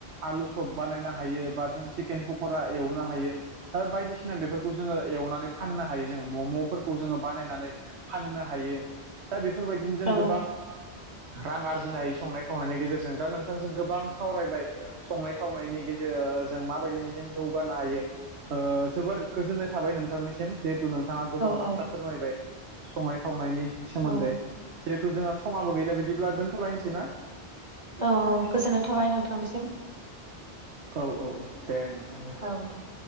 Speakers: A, on the right (about 80°); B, on the right (about 40°).
A: आलु सप बानायनो हायो बा जोङो चिकेन पकरा एवनो हायो दा बायदिसिना बेफोरखौ जोङो एवनानै फाननो हायो जोङो मम'फोरखौ जोङो बानायनानै फाननो हायो दा बेफोरबायदिनो जों
B: औ
A: गोबां रां आरजिनाय संनाय खावनायनि गेजेरजों दा नोंथांजों गोबां सावरायबाय संनाय खावनायनि गेजेर ओ जों माबायदिहाय जों जौगानो हायो ओ जोबोर गोजोननाय थाबाय नोंथांनि सिम जिहेथु नोंथाङा गोबां
B: औ
A: बाथ्रा फोरमायबाय संनाय खावनायनि सोमोन्दै
B: औ
A: जिहेथु जोंहा समाबो गैला बिदिब्ला दोनथ'लायनोसै ना?
B: औ गोजोननाय थाबाय नोंथांनिसिम।
A: औ औ औ दे। नोंथां
B: औ दे।